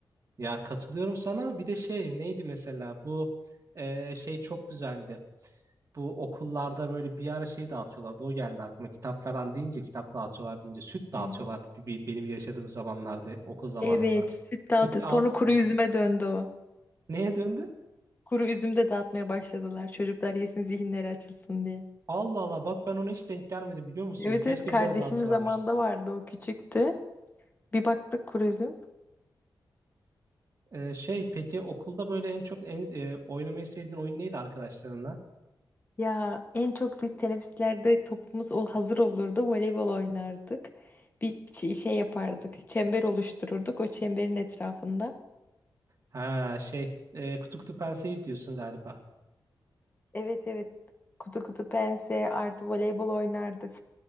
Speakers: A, on the right; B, on the left.
A: Ya katılıyorum sana. Bir de şey neydi mesela bu e, şey çok güzeldi. Bu okullarda böyle bir ara şey dağıtıyorlardı. O geldi aklıma. Kitap falan deyince, kitap dağıtıyorlar deyince süt dağıtıyorlardı.
B: Hı hı.
A: Bir, bir- benim yaşadığım zamanlarda, okul zamanımda.
B: Evet, süt dağıtı.
A: Hiç
B: Sonra
A: aldın
B: kuru
A: mı?
B: üzüme döndü o.
A: Neye döndü?
B: Kuru üzüm de dağıtmaya başladılar. Çocuklar yesin, zihinleri açılsın diye.
A: Allah Allah bak ben ona hiç denk gelmedim biliyor musun?
B: Evet
A: Keşke
B: evet kardeşimiz
A: bize de dağıtsalarmış.
B: zamanında vardı o küçüktü. Bir baktık kuru üzüm.
A: E, şey peki okulda böyle en çok en, e, oynamayı sevdiğin oyun neydi arkadaşlarınla?
B: Ya en çok biz teneffüslerde topumuz ol- hazır olurdu. Voleybol oynardık. Bir çi- şey yapardık. Çember oluştururduk. O çemberin etrafında.
A: Ha şey e, kutu kutu penseyi diyorsun galiba.
B: Evet evet. Kutu kutu pense artı voleybol oynardık.